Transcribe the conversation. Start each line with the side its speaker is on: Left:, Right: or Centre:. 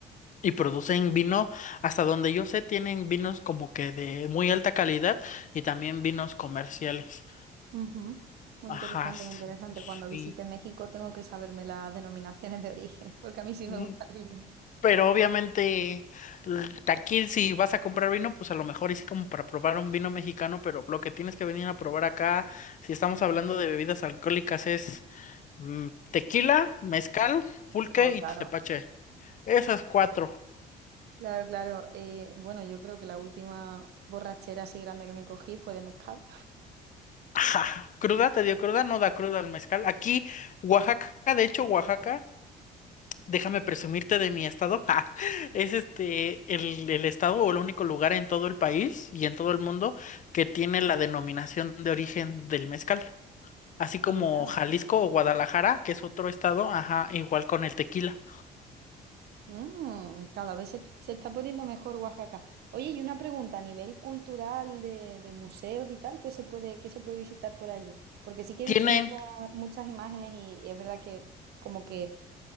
Left: y producen vino, hasta donde yo sé, tienen vinos como que de muy alta calidad y también vinos comerciales.
Right: Ujú. Muy
Left: Ajá,
Right: interesante,
Left: s-
Right: muy interesante.
Left: sí.
Right: Cuando visite México tengo que saberme las denominaciones de origen, <laughs> porque a mí sí
Left: Mm,
Right: me gusta el vino.
Left: Pero obviamente l- aquí si vas a comprar vino, pues a lo mejor es como para probar un vino mexicano, pero lo que tienes que venir a probar acá, si estamos hablando de bebidas alcohólicas, es mm, tequila, mezcal, pulque
Right: Oh,
Left: y
Right: claro.
Left: tepache. Esas cuatro.
Right: Claro, claro. Eh, bueno, yo creo que la última borrachera así grande que me cogí fue de mezcal.
Left: Ajá, Cruda, te dio cruda, no da cruda al mezcal. Aquí, Oaxaca, de hecho, Oaxaca, déjame presumirte de mi estado, <laughs> ja, es este el, el estado o el único lugar en todo el país y en todo el mundo que tiene la denominación de origen del mezcal. Así como
Right: De verdad.
Left: Jalisco o Guadalajara, que es otro estado, ajá, igual con el tequila.
Right: Mm, cada vez se, se está poniendo mejor Oaxaca. Oye, y una pregunta a nivel cultural de, de museos y tal, ¿qué se puede, qué se puede visitar por allí? Porque sí que he
Left: Tienen,
Right: visto muchas, muchas imágenes y es verdad que como que